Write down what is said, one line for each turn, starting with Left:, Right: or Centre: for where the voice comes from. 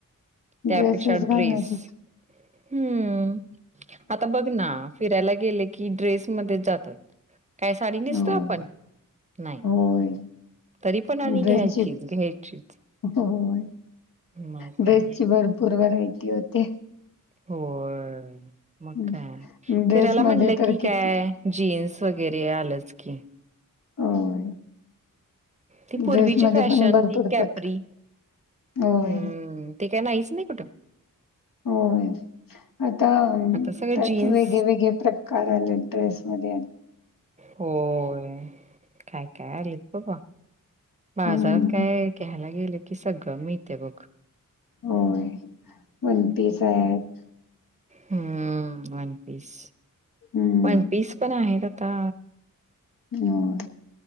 Right: त्यापेक्षा
Left: ड्रेसेस घालण्याच
Right: ड्रेस हम्म. आता बघ ना, फिरायला गेले की ड्रेस मधेच जातात. काय साडी नेसतो
Left: होय,
Right: आपण, नाही.
Left: होय.
Right: तरी पण आणि
Left: ड्रेसची
Right: घ्यायचीच, घ्यायचीच.
Left: होय.
Right: मग
Left: ड्रेसची
Right: काय
Left: भरपूर व्हरायटी होते.
Right: होय. मग
Left: हं.
Right: काय,
Left: ड्रेसमध्ये
Right: फिरायला म्हणलं
Left: तर
Right: की
Left: किती
Right: काय जीन्स वगैरे आलंच की.
Left: होय.
Right: ती पूर्वीची
Left: ड्रेसमध्ये
Right: फॅशन.
Left: पण भरपूर
Right: ती कॅपरी.
Left: प्रकार. होय,
Right: हम्म. ते काय नाहीच, नाही कुठं.
Left: होय. आता अं
Right: आता सगळं
Left: त्यात
Right: जीन्स
Left: वेगळे वेगळे प्रक कार आल्यात ड्रेसमध्ये.
Right: होय. काय, काय आलेत बाबा.
Left: हं.
Right: बाजारात काय घ्यायला गेलं की, सगळं मिळतय बघ.
Left: होय. वन पीस आहेत.
Right: हम. One piece.
Left: हं.
Right: वन पीस पण आहेत आता,
Left: होय.